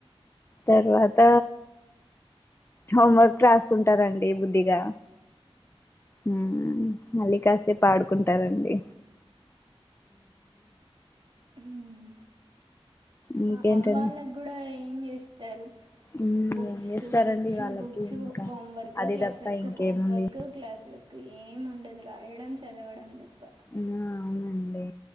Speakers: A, on the left; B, on the right.
A: తర్వాత హోంవర్క్ రాసుకుంటారండి బుద్ధిగా హ్మ్ మలి కాసేపు ఆడుకుంటారండి
B: హ్మ్
A: ఇంకేంటండి
B: పాపం వాళ్ళగ్ కూడా ఏం జేస్ తరు
A: ఉమ్
B: బుక్స్
A: ఏం చేస్తారండి
B: బుక్స్
A: వాళ్ళకి
B: బుక్స్
A: ఇంకా
B: హోం వర్క్
A: అది
B: క్లాస్
A: తప్ప
B: వర్క్
A: ఇంకేముంది
B: హోం వర్క్ క్లాస్ వక్ ఏమ్ ఉండదు రాయడం చదవడం తప్ప
A: హ్మ్ అవునండి